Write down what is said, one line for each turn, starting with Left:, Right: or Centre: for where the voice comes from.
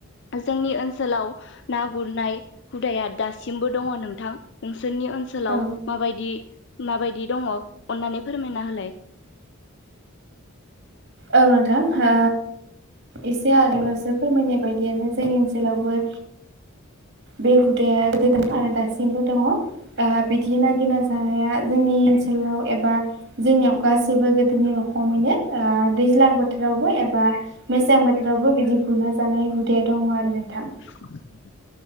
Left: जोंनि ओनसोलाव ना गुरनाय हुदाया दासिमबो दङ नोंथां नों जोंनि ओनसोलाव
Right: औ
Left: माबायदि माबायदि दङ अननानै फोरमायना होलाय?
Right: औ नोंथां हो एसे आगोलावसो फोरमायनाय बायदियानो जोंनि ओनसोलावबो। बे हुदाया गोदो गोन आरो दासिमबो दङ' ओ बिदि नागिरना जानाया जोंनि ओनसोलाव एबा जोंनियाव गासैबो गोदोनि रखमैनो ओ दैज्लां बोथोरावबो एबा मेसें बोथोराव <inaudible> बिदि गुरना जानाय हुदाया दङ आरो नोंथां।
Left: <inaudible>